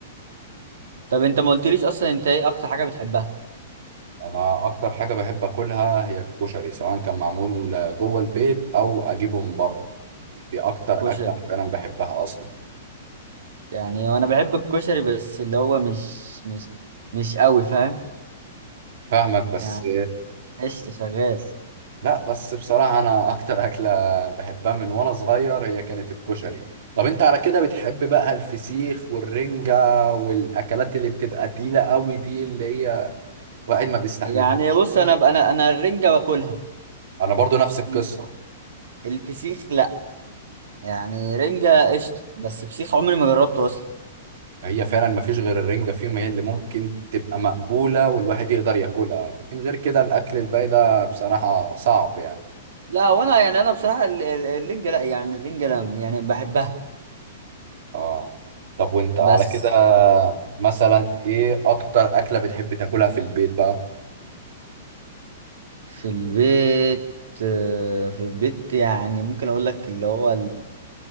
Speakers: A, on the right; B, on the right.
A: طب انت ما قلتليش اصلا انت ايه اكتر حاجه بتحبها
B: انا اكتر حاجه بحب اكلها هي الكشري سواء كان معمول جوه البيت او اجيبه من بره دي اكتر
A: كشري
B: اكله انا فعلا بحبها اصلا
A: يعني وانا بحب الكشري بس اللي هو مش مش مش قوي فاهم
B: فاهمك بس
A: يعني قشطة شغال
B: لا بس بصراحه انا اكتر اكله بحبها من وانا صغير هي كانت الكشري طب انت على كده بتحب بقى الفسيخ والرنجه والاكلات اللي بتبقى تقيله قوي دي اللي هي واحد ما بيستحملهاش
A: يعني بص
B: كده؟
A: انا انا انا الرنجة باكلها
B: انا برضو نفس القصه
A: مم. الفسيخ لا يعني رنجة قشطة بس فسيخ عمري ما جربته اصلا
B: هي فعلا ما فيش غير الرنجة فيهم هي اللي ممكن تبقى مقبولة والواحد يقدر ياكلها لكن غير كده الأكل الباقي ده بصراحة صعب يعني
A: لا وانا يعني انا بصراحة ال- ال- الرنجة لا يعني الرنجة لا يعني بحبها
B: اه طب وانت على
A: بس
B: كده مثلا ايه أكتر أكلة بتحب تاكلها في البيت بقى
A: في البيت آه، في البيت يعني ممكن اقول لك اللي هو